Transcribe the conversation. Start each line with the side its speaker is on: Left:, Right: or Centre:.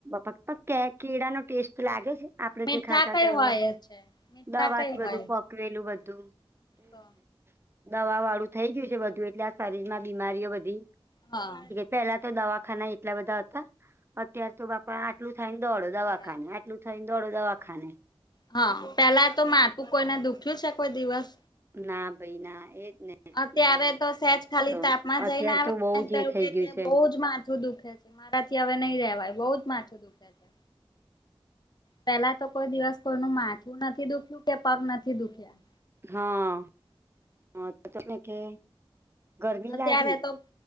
Right: ફક્ત કે કેીડા નો ટેસ્ટ લાગે છે આપડે
Left: મીઠા
Right: જે ખાતા
Left: કઈ
Right: હતા એવું
Left: હોય જ છે. મીઠા
Right: દવાથી
Left: કઈ
Right: બધું
Left: હોય
Right: પકવેલું બધું એ જ
Left: તો
Right: ને દવા વાળું થઈ ગયું છે બધું એટલે આ શરીર માં બીમારીઓ બધી
Left: હા
Right: પેલા તો દવાખાના એટલા બધા હતા અત્યાર તો બાપ પણ આટલું થાય ને દોડો
Left: બરાબર
Right: દવાખાને આટલું થઈ ને દોડો દવાખાને
Left: હા પેલા તો માથું કોઈને દુખ્યું છે કોઈ દિવસ
Right: ના ભાઈ ના એજ ને
Left: અત્યારે
Right: હમ
Left: તો સહેજ ખાલી
Right: તો
Left: તાપમાં
Right: અત્યાર
Left: જઈને આવે
Right: તો બહુ જ એ થઈ ગયું છે
Left: બઉ જ માથું દુખે છે મારાથી હવે નહી રવાય બહુ જ માથું દુખે છે પેલા તો કોઈ દિવસ કોઈનું માથું નથી દુખ્યું કે પગ નથી દુખ્યા
Right: હા હ તો તો ન કે ગરમી
Left: અત્યારે
Right: લાગી
Left: તો